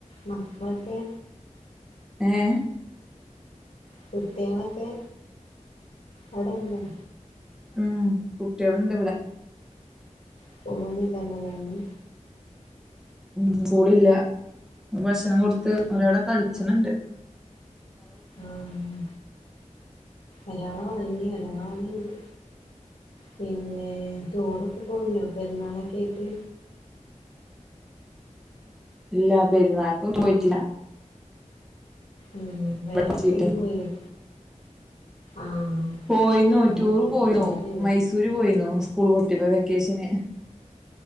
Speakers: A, on the left; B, in the centre.
A: മക്കളൊക്കെ
B: ഏഹ്
A: കുട്ടികളൊക്കെ അവിടെയില്ലേ
B: ഉം കുട്ടികളുണ്ടിവിടെ
A: സ്‌കൂളൊന്നുവില്ലല്ലേന്ന്
B: ഉം സ്കൂളില്ല ഭക്ഷണം കൊടുത്ത് അവരവിടെ
A: ഉം
B: കളിച്ചണുണ്ട്
A: ആഹ് ഒരാളൊറങ്ങി ഒരാള് അവിടുണ്ട് പിന്നെ ടൂറൊക്കെ പോയിനോ പെരുന്നാളൊക്കെ ആയിട്ട്
B: ഇല്ല പെരുന്നാൾക്ക് പോയിട്ടില്ല
A: ഉം വേറെവ്ട്ക്കേലും
B: ഇവിടെ പഠിച്ചിട്ട്
A: പോയിനോ ആഹ്.
B: പോയിന്നു
A: ഓൻ
B: ടൂറ്
A: മരിച്ച
B: പോയിന്നു
A: സാഹചര്യാണ്
B: മൈസൂര് പോയിന്നു സ്കൂള് പൂട്ട്യപ്പോ വെക്കേഷന്.